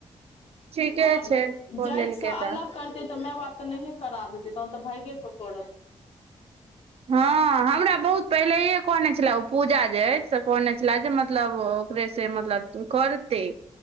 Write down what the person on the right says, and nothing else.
ठीके
छै कऽ
लेलकै
तऽ
हँ हमरा बहुत पहिलेे कहने छलए ओ पूजा जे अछि से कहने छले जे मतलब ओकरे से मतलब करते